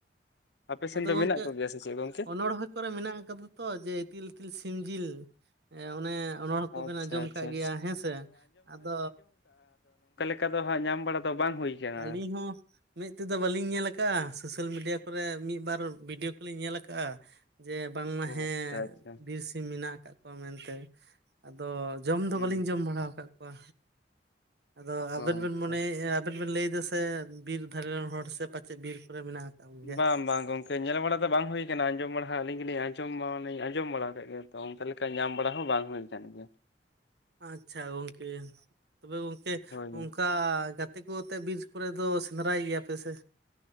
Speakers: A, on the left; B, on the right.
A: ᱟᱯᱮ ᱥᱮᱱ
B: ᱟᱫᱚ
A: ᱫᱚ
B: ᱜᱚᱝᱠᱮ
A: ᱢᱮᱱᱟᱜ ᱠᱚᱜᱮᱭᱟ ᱥᱮ ᱪᱮᱫ ᱜᱚᱝᱠᱮ
B: ᱚᱱᱚᱬᱦᱮ ᱠᱚᱨᱮ ᱢᱮᱱᱟᱜ ᱟᱠᱟᱫᱟ ᱛᱚ ᱡᱮ ᱤᱛᱤᱞ ᱤᱛᱤᱞ ᱥᱤᱢ ᱡᱤᱞ ᱚᱱᱮ ᱚᱱᱚᱬᱦᱮ ᱠᱚᱵᱮᱱ
A: ᱟᱪᱪᱷᱟ
B: ᱟᱸᱡᱚᱢ
A: ᱟᱪᱪᱷᱟ
B: ᱠᱟᱜ ᱜᱮᱭᱟ
A: ᱟᱪᱪᱷᱟ
B: ᱦᱮᱸ ᱥᱮ ᱟᱫᱚ
A: ᱚᱱᱠᱟ ᱫᱚ ᱦᱟᱜ ᱧᱟᱢ ᱵᱟᱲᱟ ᱫᱚ ᱵᱟᱝ ᱦᱩᱭ ᱠᱟᱱᱟ
B: ᱟᱹᱞᱤᱧ ᱦᱚᱸ ᱢᱮᱫ ᱛᱮᱫᱚ ᱵᱟᱹᱞᱤᱧ ᱧᱮᱞ ᱠᱟᱜᱼᱟ ᱥᱳᱥᱟᱞ ᱢᱤᱰᱤᱭᱟ ᱠᱚᱨᱮ ᱢᱤᱫ ᱵᱟᱨ ᱵᱷᱤᱰᱭᱳ ᱠᱚᱞᱤᱧ ᱧᱮᱞ ᱠᱟᱜᱼᱟ ᱡᱮ ᱵᱟᱝᱢᱟ
A: ᱚ
B: ᱦᱮᱸ
A: ᱟᱪᱪᱷᱟ ᱟᱪᱪᱷᱟ
B: ᱵᱤᱨ ᱥᱤᱢ ᱢᱮᱱᱟᱜ ᱟᱠᱟᱫ ᱠᱚᱣᱟ ᱢᱮᱱᱛᱮ ᱟᱫᱚ ᱡᱚᱢ ᱫᱚ
A: ᱦᱩᱸ
B: ᱵᱟᱹᱞᱤᱧ ᱡᱚᱢ ᱵᱟᱲᱟ ᱟᱠᱟᱫ ᱠᱚᱣᱟ ᱟᱫᱚ
A: ᱚ
B: ᱟᱵᱮᱱ ᱵᱮᱱ
A: ᱟᱪᱪᱷᱟ
B: ᱢᱚᱱᱮᱭᱮᱫᱼᱟ ᱟᱵᱮᱱ ᱵᱮᱱ ᱞᱟᱹᱭ ᱫᱟ ᱥᱮ ᱵᱤᱨ ᱫᱷᱟᱨᱮ ᱨᱮᱱ ᱦᱚᱲ ᱥᱮ ᱯᱟᱪᱮᱫ ᱵᱤᱨ ᱠᱚᱨᱮ ᱢᱮᱱᱟᱜ ᱟᱠᱟᱫ ᱠᱚᱜᱮᱭᱟ
A: ᱵᱟᱝ ᱵᱟᱝ ᱜᱚᱝ ᱠᱮ ᱧᱮᱞ ᱵᱟᱲᱟ ᱫᱚ ᱵᱟᱝ ᱦᱩᱭ ᱟᱠᱟᱱᱟ ᱟᱸᱡᱚᱢ ᱵᱟᱲᱟ ᱟᱞᱤᱧ ᱜᱮᱞᱤᱧ ᱟᱸᱡᱚᱢ ᱢᱟᱞᱤᱧ ᱟᱸᱡᱚᱢ ᱵᱟᱲᱟ ᱠᱟᱜ ᱜᱮᱭᱟ ᱛᱚ ᱚᱱᱠᱟ ᱞᱮᱠᱟ ᱧᱟᱢ ᱵᱟᱲᱟ ᱦᱚᱸ ᱵᱟᱝ ᱦᱩᱭ ᱟᱠᱟᱱ ᱜᱮᱭᱟ
B: ᱟᱪᱪᱷᱟ ᱜᱚᱝᱠᱮ ᱛᱚᱵᱮ ᱜᱚᱝᱠᱮ
A: ᱦᱳᱭ
B: ᱚᱱᱠᱟ ᱜᱟ ᱜᱟᱛᱮ ᱠᱚ ᱟᱛᱮᱫ ᱵᱤᱡ ᱠᱚᱨᱮ ᱫᱚ ᱥᱮᱸᱫᱽᱨᱟᱭ ᱜᱮᱭᱟᱯᱮ ᱥᱮ